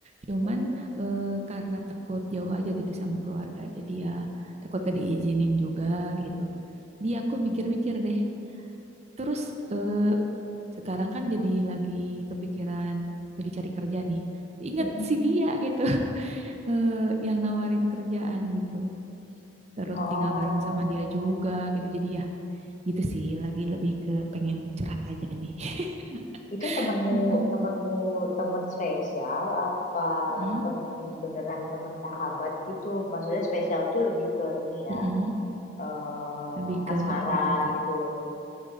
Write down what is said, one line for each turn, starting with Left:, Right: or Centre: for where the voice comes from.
Right: cuman
Left: Mm-mm.
Right: eh, karena takut jauh aja gitu sama keluarga jadi ya takut gak diizinin juga gitu dia aku
Left: Mm-mm.
Right: mikir-mikir deh terus eh, sekarang kan jadi lagi kepikiran lagi cari kerja nih ingat
Left: Mm-mm.
Right: si dia gitu <laughs> eh, yang nawarin kerjaan gitu terus
Left: Oh,
Right: tinggal bareng sama dia juga gitu jadi ya gitu sih lagi lebih ke pengen curhat aja nih <laughs>
Left: itu temenmu,
Right: mm
Left: temenmu, temen spesial apa
Right: Mm-mm.
Left: temen beneran temen sahabat gitu? Maksudnya spesial tuh lebih ke ini ya,
Right: Mm-mm.
Left: eh
Right: Lebih ke
Left: asmara
Right: apa tuh Kak?
Left: gitu loh.